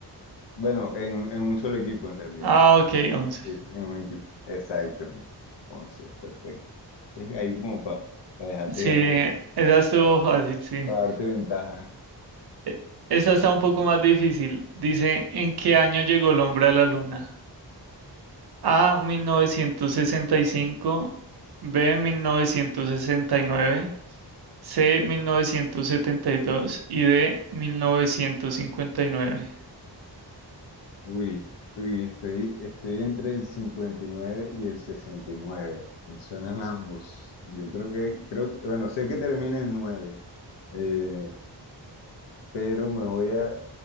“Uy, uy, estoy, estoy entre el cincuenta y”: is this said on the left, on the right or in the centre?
Left